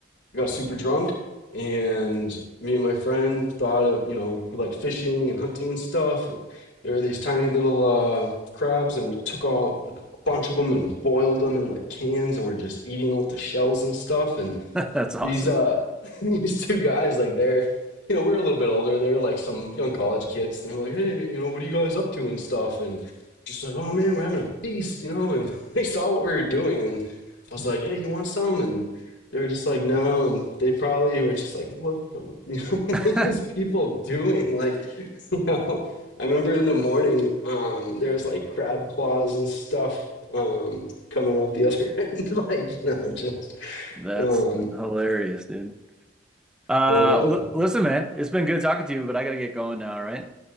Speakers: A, on the left; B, in the centre.
A: I got super drunk, and me and my friend thought, of, you know, we like fishing and hunting and stuff. And there were these tiny little uh, crabs, and we took all like, a bunch of them and boiled them in like cans, and we're just eating them with the shells and stuff. And
B: <laughs> That's awesome.
A: these uh <laughs> these two guys like they're you know we we're a little bit older they're like some young college kids they're like hey you know what are you guys up to and stuff and just like oh man we're having a feast you know and <laughs> they saw what we were doing and i was like hey you want some and they were just like no and they probably were just like what the <laughs> you know what
B: <laughs>
A: are these people doing like <laughs> you know i remember in the morning um there's like crab claws and stuff um coming out the other <laughs> end like you know just
B: That's
A: um.
B: hilarious, dude. Uh,
A: But uh
B: well, listen, man, it's been good talking to you, but I gotta get going now, all right?